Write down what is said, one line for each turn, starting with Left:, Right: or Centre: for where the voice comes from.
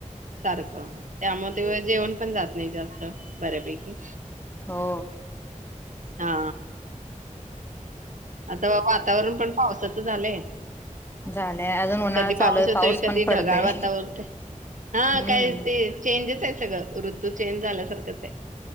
Right: सारखं त्यामुळ ते जेवण पण जात नाही जास्त बऱ्यापैकी
Left: हो
Right: हा आता वातावरण पण पावसाचं झालंय
Left: झालंय अजून <inaudible>
Right: कधी पाऊस
Left: आहे
Right: येतोय कधी
Left: पण पडतय
Right: ढगाळ वातावरण हा
Left: हम्म.
Right: काय ते चेंजच आहे सगळं ऋतू चेंज झाल्यासारखंच हाय